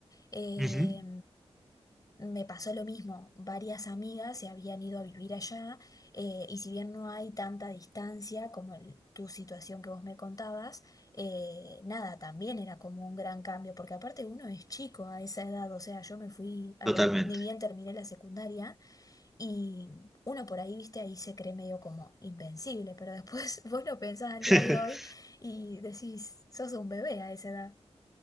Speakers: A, on the left; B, in the centre.
A: Eh,
B: ujú,
A: me pasó lo mismo, varias amigas se habían ido a vivir allá eh, y si bien no hay tanta distancia como el- tu situación que vos me contabas, eh, nada, también era como un gran cambio, porque aparte uno es chico a esa edad, o sea, yo me fui a
B: Totalmente.
A: los, ni bien terminé la secundaria y uno por ahí, viste, ahí se cree medio como invencible, pero después <laughs> vos lo pensás al
B: <laughs>
A: día de hoy y decís, sos un bebé a esa edad.